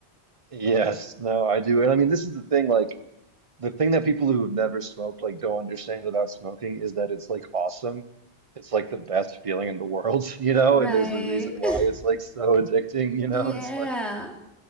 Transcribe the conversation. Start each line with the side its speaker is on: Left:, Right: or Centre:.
Right: Yes, no, I do. And I mean, this is the thing, like the thing that people who have never smoked like don't understand about smoking is that it's like awesome. It's like the best feeling in the world, <laughs> you know,
Centre: Right.
Right: and there's a reason why
Centre: <laughs>
Right: it's like so addicting, you know.
Centre: Yeah.
Right: It's like,